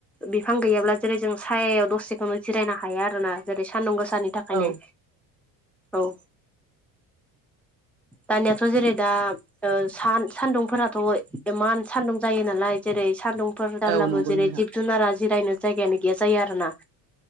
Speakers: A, in the centre; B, on the right.
A: बिफां गैयाब्ला जेरै जों सायायाव दसेखौनो जिरायनो हायो आरोना जेरै सानदुं गोस सानि थाखायनो
B: औ
A: औ दानियाथ' जेरै दा ओ सान - सान्दुंफोराथ' एमान सान्दुं जायो नालाय जेरै सानदुंफोर जाब्लाबो
B: औ नंगौ
A: जेरै
B: नोंथां
A: जिब जुनारा जिरायनो जायगायानो गैया जायो आरोना